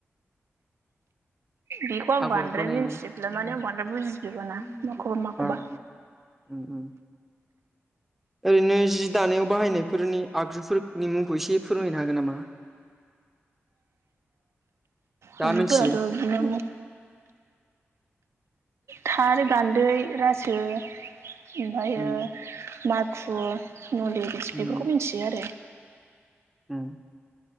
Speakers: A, in the centre; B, on the right (about 70°).
A: आगर
B: बेखौ आं बांद्राय मिथिजोबला
A: बोनायनि
B: माने आं बांद्राय बुजिजोबाना
A: औ
B: माखौबा माखौबा
A: उम उम। ओरैनो जि दानायाव बाहायनायफोरनि आगजुफोरनि मुंखौ एसे फोरमायनो हागोन नामा? दा
B: आगजुफोराथ'
A: मोनथियो?
B: बिदिनो थात, गान्दै, रासो, ओमफायो
A: उम
B: माखु नले बेफोरखौ
A: उम
B: मिथियो आरो।
A: उम।